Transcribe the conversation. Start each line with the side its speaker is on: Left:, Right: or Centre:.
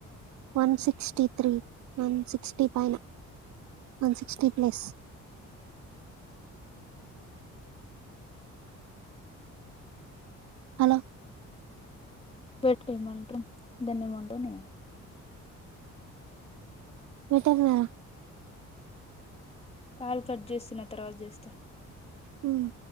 Right: one sixty three one sixty పైన వన్ సిక్స్టీ ప్లస్ అలా
Left: పెట్టేయ్ మంత్రం దాన్ని ఏమంటనే
Right: మటర్నా
Left: కాలు కట్ చేస్తున్న తర్వాత చేస్తా
Right: హ్మ్